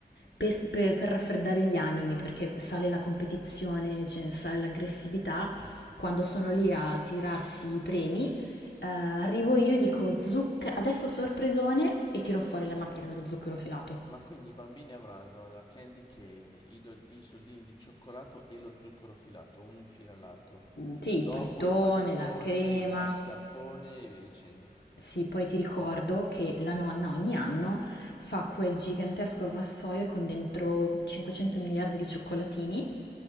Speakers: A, on the left (about 80°); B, on the left (about 30°).
A: pes- per, per raffreddare gli animi, perché sale la competizione, cioè, sale l'aggressività, quando sono lì a tirarsi i premi, eh, arrivo io e dico, zuc- adesso sorpresone, e tiro fuori la macchina dello zucchero filato.
B: Ma quindi i bambini avranno la candy cane, i, do- i soldini di cioccolato e lo zucchero filato, uno in fila all'altro.
A: Mm, Sì,
B: Dopo
A: il panettone,
B: il panettone,
A: la crema.
B: il mascarpone e via dicendo.
A: Sì, poi ti ricordo
B: Wow.
A: che la nonna ogni anno fa quel gigantesco vassoio con dentro 500 miliardi di cioccolatini